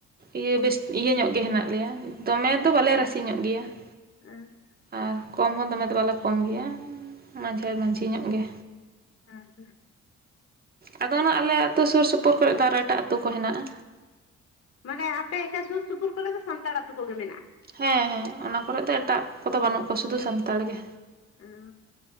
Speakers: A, on the right; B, on the left.
A: ᱤᱭᱟᱹ ᱵᱮᱥ ᱤᱭᱟᱹ ᱧᱚᱜ ᱜᱮ ᱦᱮᱱᱟᱜ ᱞᱮᱭᱟ ᱫᱚᱢᱮ ᱫᱚ ᱵᱟᱞᱮ ᱨᱟᱥᱤ ᱧᱚᱜ ᱜᱮᱭᱟ ᱾
B: <unintelligible>
A: ᱟᱨ ᱠᱚᱢ ᱦᱚᱸ ᱫᱚᱢᱮ ᱫᱚ ᱵᱟᱞᱮ ᱠᱚᱢ ᱜᱮᱭᱟ ᱢᱟᱡᱷᱮ ᱢᱟᱡᱷᱷᱤ ᱧᱚᱜ ᱜᱮ᱾
B: ᱚ ᱦᱮᱸ
A: ᱟᱫᱚ ᱚᱱᱟ ᱟᱞᱮ ᱟᱛᱳ ᱥᱳᱨ ᱥᱳᱯᱳᱨ ᱠᱚᱨᱮ ᱫᱚ ᱟᱨ ᱮᱴᱟᱜ ᱟᱛᱳ ᱠᱚ ᱦᱮᱱᱟᱜᱼᱟ᱾
B: ᱢᱟᱱᱮ ᱟᱯᱮ ᱤᱱᱟᱹ ᱥᱩᱨ ᱥᱩᱯᱩᱨ ᱠᱚᱨᱮ ᱫᱚ ᱥᱟᱱᱛᱟᱲ ᱟᱛᱳ ᱠᱚᱜᱮ ᱢᱮᱱᱟᱜᱼᱟ᱾
A: ᱦᱮᱸ ᱦᱮᱸ ᱚᱱᱟ ᱠᱚᱨᱮ ᱫᱚ ᱮᱴᱟᱜ ᱠᱚᱫᱚ ᱵᱟᱹᱱᱩᱜ ᱠᱚᱣᱟ ᱥᱩᱫᱷᱩ ᱥᱟᱱᱛᱟᱲ ᱜᱮ᱾
B: <unintelligible>